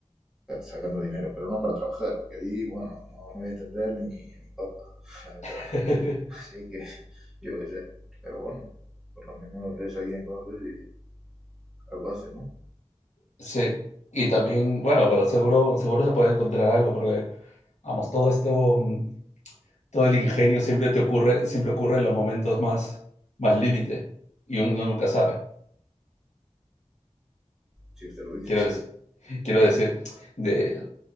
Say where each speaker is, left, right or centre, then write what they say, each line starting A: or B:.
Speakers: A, in the centre; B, on the left.
A: sacando dinero, pero no para trabajar, porque ahí, bueno, no, no voy a entender ni, ni papa, <laughs> la verdad.
B: <laughs>
A: Así que, yo qué sé. Pero bueno, por lo menos ves a alguien conoces y algo hace, ¿no?
B: Sí. Y también, bueno, pero seguro, seguro se puede encontrar algo, porque, vamos, todo esto, mm, todo el ingenio siempre te ocurre, siempre ocurre en los momentos más, más límite. Y uno nunca sabe.
A: Si usted lo dice.
B: Quiero decir, quiero decir, de